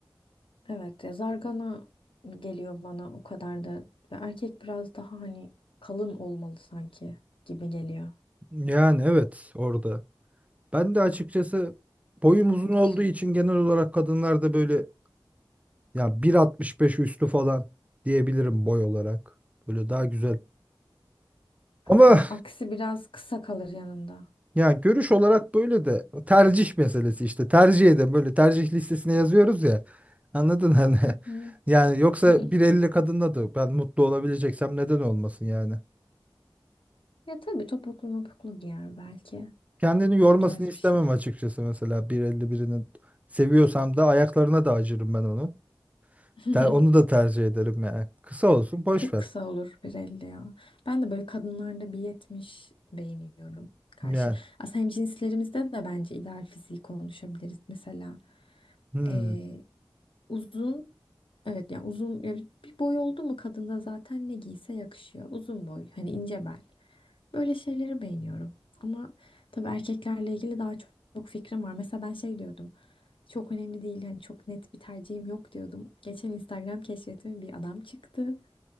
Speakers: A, on the left; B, on the right.
A: Evet ya zargana geliyor bana o kadar da. Ya Erkek biraz daha hani kalın olmalı sanki gibi geliyor.
B: Yani evet orada. Ben de açıkçası boyum
A: Evet.
B: uzun olduğu için genel olarak kadınlarda böyle ya 1.65 üstü falan diyebilirim boy olarak. Böyle daha güzel. Ama
A: Yani aksi biraz kısa kalır yanında.
B: ya görüş olarak böyle de tercih meselesi işte tercih edin böyle tercih listesine yazıyoruz ya. Anladın hani? <laughs>
A: Hı hı.
B: Yani yoksa
A: <laughs>
B: 1.50 kadınla da ben mutlu olabileceksem neden olmasın yani.
A: Ya tabii topuklu mopuklu giyer belki.
B: Kendini yormasını
A: O tarz
B: istemem
A: bir şey.
B: açıkçası mesela 1.50 birinin seviyorsam da ayaklarına da acırım ben onun.
A: <laughs>
B: Ter- onu da tercih ederim yani. Kısa olsun boş
A: Çok
B: ver.
A: kısa olur 1.50 ya. Ben de böyle kadınlarda bir yetmiş beğeniyorum. Karşı.
B: Yani
A: Aslında hemcinslerimizde de bence ideal fiziği konuşabiliriz. Mesela
B: hmm,
A: eee, uzun evet yani uzun ya bir bir boy oldu mu kadında zaten ne giyse yakışıyor. Uzun boy hani ince bel. Böyle şeyleri beğeniyorum. Ama tabii erkeklerle ilgili daha çok, çok fikrim var. Mesela ben şey diyordum. Çok önemli değil hani çok net bir tercihim yok diyordum. Geçen Instagram keşfetime bir adam çıktı.